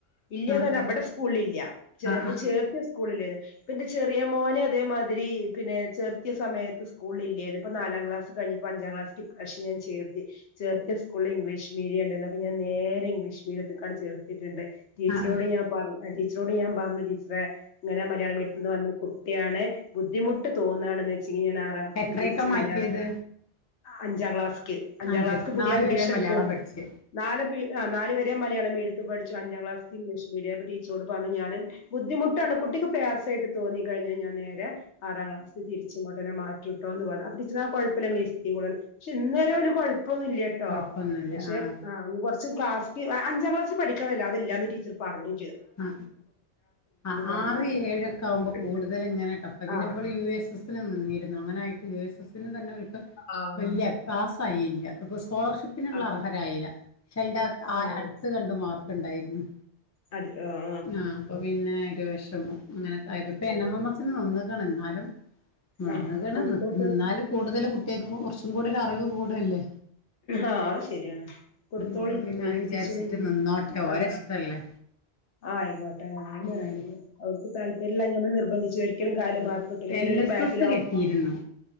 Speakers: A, on the left; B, on the left.
A: ഇല്ലന്നർഞ്ഞ
B: ആഹ് ആഹ്
A: വടെ സ്കൂളില്ല ചെ
B: ആഹ്
A: നമ്മള് ചേർത്തിയ സ്കൂള്ല് ഇപ്പന്റെ ചെറിയ മോനെ അതേമാതിരി പിന്നെ ചെർത്തിയ സമയത്ത് സ്കൂളില്ലേന്ന് പ്പൊ നാലാം ക്ലാസ് കഴിഞ്ഞപ്പോ അഞ്ചാം ക്ലാസ് ഇപ്രാവശ്യം ഞാൻ ചേർത്തി ചേർത്തിയ സ്കൂളിൽ ഇംഗ്ലീഷ് മീഡിയണ്ട്ന്ന് അപ്പോ ഞാ നേരെ ഇംഗ്ലഷ് മീഡിയത്ത്ക്കാണ്ട് ചേർത്തിട്ട്ണ്ട് ടീച്ചറോട്
B: ആഹ് ആഹ്
A: ഞാൻ പർഞ ടിച്ച് റോട് ഞാൻ പറഞ്ഞു ടീച്ചറെ ഇങ്ങനെ മലയാളം മീഡിയത്തിന്നു വന്ന കുട്ടിയാണ് ബുദ്ധിമുട്ട് തോന്നാണെന്ന് ച്ച് ഞാൻ ആറാം ക്ലാസ്
B: എത്രയൊക്കെ
A: തിരിച്ച്
B: മാറ്റിയത്
A: മലയാ അഞ്ചാം ക്ലാസ് ക്ക് അഞ്ചാം
B: അഞ്ച്
A: ക്ലാസ്ക്ക് പുതിയ
B: നാല്
A: അഡ്മിഷൻ
B: വരെ
A: എടുത്തു
B: മലയാളം പഠിച്ച്
A: നാല് പി ആ നാല് വരെ മലയാളം മീഡി പഠിച്ചു അഞ്ചാം ക്ലാസ്സിൽ ഇംഗ്ലീഷ് മീഡിയ പ ടീച്ചറോട് പറഞ്ഞു ഞാനും ബുദ്ധിമുട്ടാണ് കുട്ടിക്ക് പ്രയാസായിട്ട് തോന്നി കഴിഞ്ഞാ ഞാൻ നേരെ ആറാം ക്ലാസ് തിരിച്ചിങ്ങോട്ടന്നെ മാ റ്റിട്ടോന്ന് പറഞ്ഞ് അപ്പം ടീച്ചറ് ആ കുഴപ്പില്ല നിങ്ങള് ഇരുത്തിക്കോളാൻ പക്ഷെഎന്നേരം ഒരു കൊഴ കൊഴപ്പൊന്നും ഇല്ല കേട്ടോ
B: കൊഴപ്പൊന്നുല്ല
A: <unintelligible>
B: ആഹ്
A: ആ കുറച്ച് ക്ലാസ് <unintelligible> അഞ്ചാം ക്ലാസ്സ്‌ പഠിക്കാൻ അതില്ലാന്ന് ടീച്ചറ് പറഞ്ഞ്
B: ആ ആ
A: പറഞ്ഞു
B: ആറ് ഏഴൊക്കെ ആവുമ്പോ കൂടുതല് ഇങ്ങനെ ടഫാ പിന്നെ
A: ആഹ്
B: നമ്മള് യു എസ് എസ് നിന്നിരുന്നു അങ്ങനെയായിട്ട് യു എസ് എസി ന് തന്നെ
A: ആഹ്
B: വെല്യ പ്രാസ് കഴിയില്ല <unintelligible> സ്കോളർഷിപ്പിനുള്ള
A: ആഹ്
B: അർഹരായില്ല പക്ഷെ അതിന്റെ ആ
A: ആഹ്
B: അടുത്ത് രണ്ടു മാർ കൊണ്ടായിരുന്നു
A: അതെ ആഹ്
B: ആഹ് അപ്പൊ പിന്നെ ഒരു വിഷമം അങ്ങനൊക്കെ ആയപ്പോ ഇപ്പൊ എൻ
A: ആഹ്
B: എം എം എസ്സിന് വന്ന് ന്നാണ് എന്നാലും <unintelligible>
A: ആഹ് കൊടുത്തോക്ക്
B: എന്നാലും കൂടുതല് കു കേക്കുമ്പം കുറച്ചും കൂടെ ഒരു അറിവ് കൂടുവല്ലേ
A: ആ അത് ശരിയാണ് കൊടുത്തോളി
B: അപ്പൊ പിന്നെ
A: എഴുതിപ്പിച്ചോളി
B: അത് വിചാരിച്ചിട്ട് നിന്നോട്ടെ ഓരെ
A: ആഹ്
B: ഇഷ്ടല്ലേ
A: ആ ആയിക്കോട്ടെ അതാണ്‌
B: ഉം
A: വേണ്ടത് അവർക്ക് താല്പര്യമില്ലാഞ്ഞാ നിർബന്ധിച്ച് ഒരിക്കലും കാല്
B: ആഹ്
A: മാർക്ക് കിട്ടില്ല പിന്നെ
B: എൽ എസ്
A: ബാക്കിലാവും
B: എസ് കിട്ടിയിരുന്നു